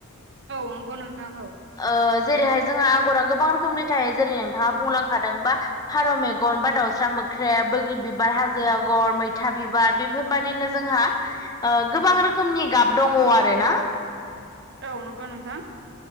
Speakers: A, on the right; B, on the left.
A: औ नंगौ नोंथां औ
B: ओ जेरैहाय जोंहा आगरा गोबां रोखोमनि थायो जेरै नोंथाङा बुंलांखादों बा फारौ मेगन बा दाउस्रा मोख्रेब बैग्रि बिबार, हाजो आगर, मैथा बिबार बेफोरबायदिनो जोंहा ओ गोबां रोखोमनि गाब दङ आरोना।
A: औ नंगौ नोंथां